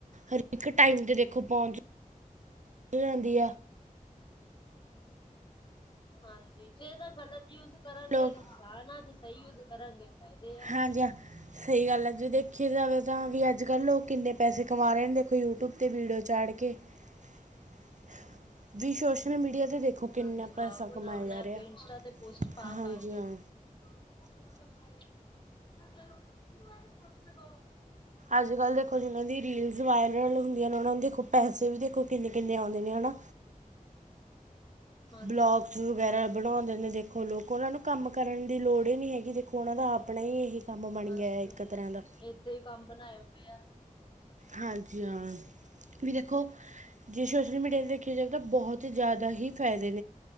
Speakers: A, on the right; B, on the left.
A: ਹਰ ਇੱਕ ਟਾਈਮ ਤੇ ਦੇਖੋ ਪ <unintelligible> ਰਦੀਆਂ।
B: ਹਾਂਜੀ ਜੇ ਇਹਦਾ ਗ਼ਲਤ ਯੂਜ ਕਰਗੇ
A: ਲੋਕ
B: ਨੁਕਸਾਨ ਆ ਜੇ ਸਹੀ ਯੂਜ ਕਰਾਂਗੇ। ਫਾਇਦੇ ਆ।
A: ਹਾਂਜੀ ਹਾਂ ਸਹੀ ਗੱਲ ਹੈ ਜੇ ਦੇਖਿਆ ਜਾਵੇ ਤਾਂ ਵੀ ਅੱਜ ਕੱਲ ਲੋਕ ਕਿੰਨੇ ਪੈਸੇ ਕਮਾ ਰਹੇ ਨੇ ਦੇਖੋ ਯੂਟਿਊਬ ਤੇ ਵੀਡੀਓ ਚਾੜ ਕੇ। ਹ ਵੀ ਸੋਸ਼ਲ ਮੀਡੀਆ ਤੇ ਦੇਖੋ ਕਿੰਨਾ
B: ਹਾਂਜੀ, ਵਲੋਗ
A: ਪੈਸਾ
B: ਬਣਾ
A: ਕਮਾਇਆ
B: ਬਣਾ
A: ਜਾ ਰਿਹਾ
B: ਕੇ ਇੰਸਟਾ ਤੇ ਪੋਸਟ ਪਾ
A: ਹਾਂਜੀ
B: ਪਾ
A: ਹਾਂ।
B: <unintelligible>
A: ਅੱਜ ਕੱਲ ਦੇਖੋ ਜਿਨਾਂ ਦੀ ਰੀਲਜ਼ ਵਾਇਰਲ ਹੁੰਦੀਆਂ ਨੇ ਉਹਨਾਂ ਨੂੰ ਦੇਖੋ ਪੈਸੇ ਵੀ ਦੇਖੋ ਕਿੰਨੇ ਕਿੰਨੇ ਆਉਂਦੇ ਨੇ ਹਨਾ
B: ਹਾਂਜੀ
A: ਬਲੋਕਸ ਵਗੈਰਾ ਬਣਾਉਂਦੇ ਨੇ ਦੇਖੋ ਲੋਕ ਉਹਨਾਂ ਨੂੰ ਕੰਮ ਕਰਨ ਦੀ ਲੋੜ ਹੀ ਨਹੀਂ ਹੈਗੀ ਦੇਖੋ ਉਨ੍ਹਾਂ ਦਾ ਆਪਣਾ ਹੀ ਇਹੀ ਕੰਮ ਬਣ
B: ਬਸ
A: ਗਿਆ ਇੱਕ ਤਰ੍ਹਾਂ ਦਾ
B: ਏਦਾਂ ਹੀ ਕੰਮ <unintelligible>
A: ਹਾਂਜੀ ਹਾਂ ਵੀ ਦੇਖੋ ਜੇ ਸੋਸ਼ਲ ਮੀਡੀਆ ਤੇ ਦੇਖਿਆ ਜਾਵੇ ਤਾਂ ਬਹੁਤ ਜ਼ਿਆਦਾ ਹੀ ਫਾਇਦਾ